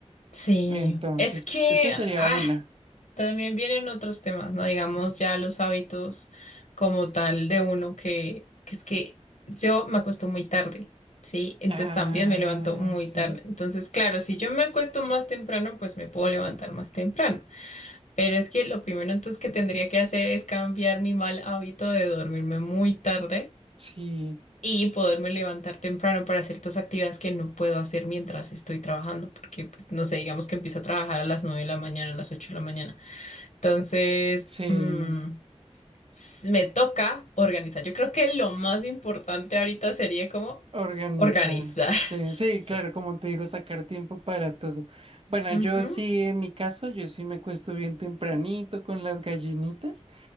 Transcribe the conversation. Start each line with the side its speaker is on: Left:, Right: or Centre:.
Left: Sí.
Right: Entonces,
Left: Es que
Right: esa sería
Left: ah,
Right: una.
Left: también vienen otros temas, ¿no? Digamos ya los hábitos como tal de uno que, que es que yo me acuesto muy tarde. Sí, entonces
Right: Ah,
Left: también me levanto muy
Right: sí,
Left: tarde. Entonces, claro, si yo me acuesto más temprano, pues me puedo levantar más temprano. Pero es que lo primero entonces que tendría que hacer es cambiar mi mal hábito de dormirme muy tarde
Right: sí,
Left: y poderme levantar temprano para ciertas actividades que no puedo hacer mientras estoy trabajando, porque pues no sé, digamos que empiezo a trabajar a las 9 de la mañana, a las ocho de la mañana. Entonces,
Right: sí.
Left: mm, s- me toca organizar. Yo creo que lo más importante ahorita sería como
Right: Organiza.
Left: organizar. <laughs>
Right: Sí, sí,
Left: Sí.
Right: claro, como te digo, sacar tiempo para todo. Bueno,
Left: Ujú.
Right: yo sí, en mi caso, yo sí me acuesto bien tempranito con las gallinitas.